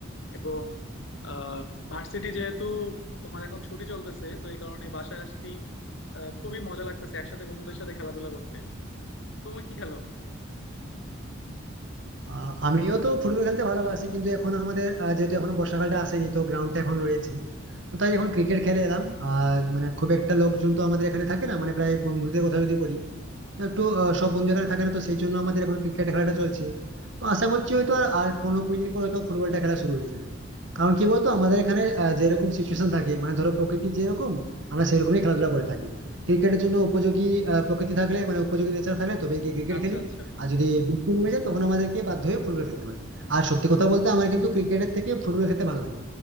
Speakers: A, on the left; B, on the right.
A: এবং আহ ভার্সিটি যেহেতু তোমার এখন ছুটি চলতেছে তো এই কারণে বাসায় আসছি আহ, খুবই মজা লাগতেছে একসাথে বন্ধুদের সাথে খেলাধুলা করতে তুমি কি খেলো
B: আহ, আমিও তো ফুটবল খেলতে ভালোবাসি কিন্তু এখন আমাদের আহ, যেহেতু এখনো বর্ষাকালটা আসেনি তো গ্রাউন্ডটা এখন রয়েছে তো তাই এখন ক্রিকেট খেলে এলাম আর মানে খুব একটা লোকজন তো আমাদের এখানে থাকে না মানে প্রায় বন্ধুদের কথা যদি বলি তো একটু আহ, সব বন্ধু এখানে থাকে না তো সেই জন্য আমাদের এখন ক্রিকেট খেলাটা চলছে তো আশা করছি হয়তো আর আর পনেরো কুড়ি দিন পর হয়তো ফুটবলটা খেলা শুরু হয়ে যাবে কারণ কি বলতো আমাদের এখানে আহ, যেরকম সিচুয়েশন থাকে মানে ধরো প্রকৃতি যেরকম আমরা সেরকমই খেলাধুলা করে থাকি ক্রিকেটের জন্য উপযোগী আহ, প্রকৃতি থাকলে মানে উপযোগী নেচার থাকলে তবে গিয়ে ক্রিকেট
A: আচ্ছা
B: খেলি
A: আচ্ছা
B: আর যদি বৃষ্টি নেমে যায় তখন আমাদেরকে বাধ্য হয়ে ফুটবল খেলতে হয় আর সত্যি কথা বলতে আমার কিন্তু ক্রিকেটের থেকে ফুটবল খেলতে ভালো লাগে